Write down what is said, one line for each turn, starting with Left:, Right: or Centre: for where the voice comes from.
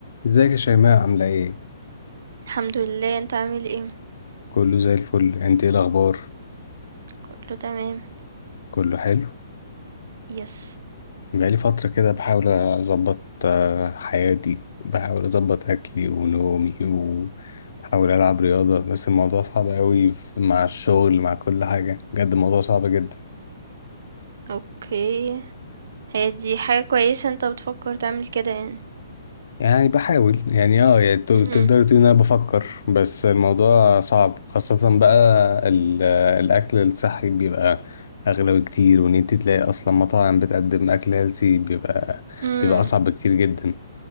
Left: ازيك يا شيماء عاملة ايه؟
Right: الحمد لله انت عامل ايه
Left: كله زي الفل انت ايه الأخبار؟
Right: كله تمام
Left: كله حلو؟
Right: يس
Left: بقالي فترة كده بحاول أظبط آه، حياتي بحاول أظبط أكلي ونومي وبحاول ألعب رياضة بس الموضوع صعب أوي في- مع الشغل مع كل حاجة بجد الموضوع صعب جدا
Right: اوكي هي دي حاجة كويسة انت بتفكر تعمل كده يعني
Left: يعني بحاول يعني اه يعني ت- تقدر
Right: امم
Left: تقول ان انا بفكر بس الموضوع صعب خاصة بقى ال- الاكل الصحي بيبقى اغلى بكتير وان انت تلاقي اصلا مطاعم بتقدم اكل هيلثي بيبقى
Right: امم
Left: بيبقى اصعب بكتير جدا